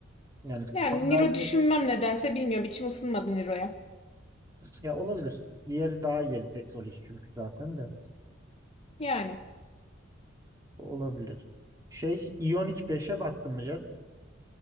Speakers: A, on the right; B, on the left.
A: Yani standardı
B: Yani Niro düşünmem nedense bilmiyorum. İçim ısınmadı Niro'ya.
A: ya olabilir. Diğeri daha yeni teknoloji çünkü zaten de.
B: Yani.
A: Olabilir. Şey iyonik beşe baktım mı canım?